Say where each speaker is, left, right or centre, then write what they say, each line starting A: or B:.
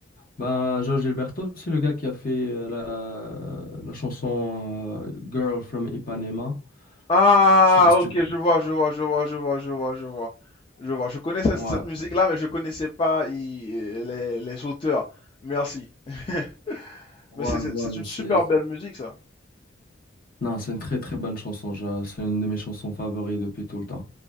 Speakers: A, on the left (about 45°); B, on the left (about 25°).
A: Ben, João Gilberto, c'est le gars qui a fait euh, la la chanson euh, Girl from Ipanema.
B: Ah,
A: Je sais pas si
B: ok,
A: tu connais.
B: je vois, je vois, je vois, je vois, je vois, je vois. Je vois, je connais cette,
A: Ouais.
B: cette musique-là, mais je connaissais pas i- les, les auteurs. Merci. <laughs>
A: Voilà,
B: Mais c'est c'est-
A: voilà,
B: c'est une super
A: c'est, c'est-
B: belle musique, ça.
A: non, c'est une très très bonne chanson. j'a- C'est une de mes chansons favorites depuis tout le temps.